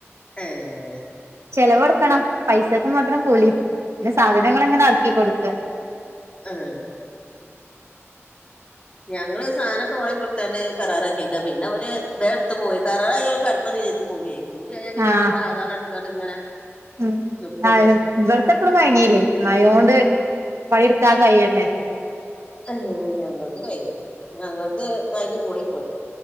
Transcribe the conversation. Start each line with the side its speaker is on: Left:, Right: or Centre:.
Left: ഏഹ്
Right: ചെലവൊട്ക്കണം പൈസക് മാത്രം കൂലി പിന്നെ സാധനങ്ങൾ ഇങ്ങനെ അർക്കികൊട്ക്ക
Left: ഏഹ് ഞങ്ങള് സാനൊക്കെ വാങ്ങി കൊട്ത്താണ്ട് കരാറാക്കിയക്ക പിന്നെ ഓര് ബേട്ത്ത് പോയി കരാറായാ ഓല് കട്പ്പം <unintelligible> പോവ്വേ. കൂലി ആയാ പിന്നെ
Right: ആഹ്
Left: ഒരു സാവധാനട്ത്ത്കാണ്ട് ഇങ്ങനെ
Right: ഉം <unintelligible>
Left: നിക്കും
Right: മഴോണ്ട് പണിട്ക്കാൻ കഴിയണ്ടേ.
Left: ഹ്, ഞങ്ങള്ത് കഴ്ഞ്ഞു ഞങ്ങൾത് കഴ്ഞ്ഞ് പോയിപോല്